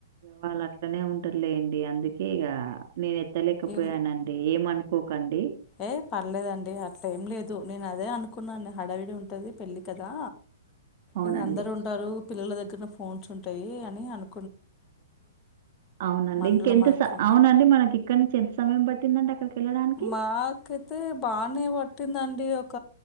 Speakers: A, on the right; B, on the left.
A: వాళ్ళ అట్లనే ఉంటారులెండి అందుకే ఇక నేను ఎత్తలేకపోయానండి
B: ఏ
A: ఏమనుకోకండి
B: ఏ పర్లేదండి అట్లా ఏం లేదు నేను అదే అనుకును- కున్నా హడవిడి ఉంటది పెళ్లి కదా
A: అవునండి
B: ఇ అందరు ఉంటారు పిల్లల- ఫోన్స్ ఉంటాయి అని అను
A: అవునండి
B: మనలో
A: ఇంకెంత
B: మనకి ఉంటే
A: అవునండి మనకి ఇక్కడ నుంచి ఎంత సమయం పట్టిందండి- అక్కడికెళ్ళడానికి?
B: మాకైతే బానేపట్టి - పట్టిందండి ఒక